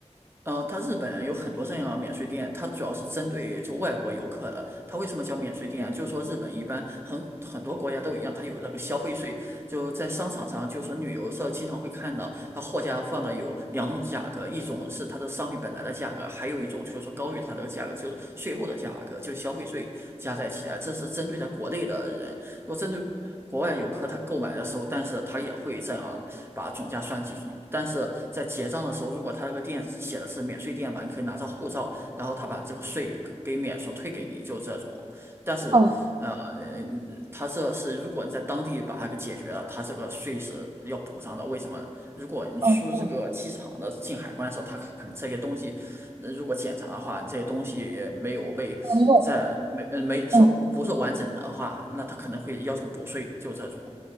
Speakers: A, on the right; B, on the right.
A: 嗯，它日本有很多这样的免税店，它主要是针对就外国游客的。它为什么叫免税店啊？就是说日本一般很很多国家都一样，它有那个消费税，就在商场上，就是说旅游社经常会看到，它货架放的有两种价格，一种是它的商品本来的价格，还有一种就是说高于它这个价格，就是税后的价格，就是消费税加在起来，这是针对在国内的人。如果针对国国外游客，他购买的时候，但是他也会这样把总价算进去。但是在结账的时候，如果他这个店写的是免税店吧，你可以拿着护照，然后他把这个税给免除退给你，就这种。但是，
B: 嗯
A: 呃，嗯他这是如果你在当地把它给解决了，他这个税是要补上的。为什么？如果你出这个机场的进海关的时候，
B: 嗯嗯，
A: 他看你这些东西那如果检查的话，这些东西没有被在没呃没说不不是完整的话，
B: 嗯，用嗯。
A: 那他可能会要求补税，就这种